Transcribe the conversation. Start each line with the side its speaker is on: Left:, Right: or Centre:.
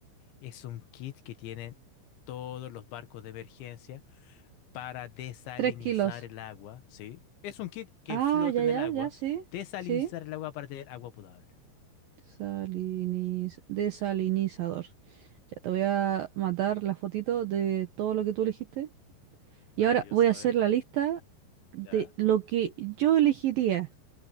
Left: es un kit que tienen todos los barcos de emergencia para desalinizar
Right: Tres kilos.
Left: el agua, ¿sí? Es un kit que
Right: Ah,
Left: flota
Right: ya,
Left: en
Right: ya,
Left: el agua,
Right: ya, sí.
Left: desalinizar
Right: Sí.
Left: el agua para tener agua potable.
Right: Saliniz... Desalinizador. Ya te voy a matar la fotito de todo lo que tú elegiste. Y
Left: Maravilloso,
Right: ahora voy a
Left: a
Right: hacer
Left: ver.
Right: la lista de
Left: Ya,
Right: lo que yo elegiría.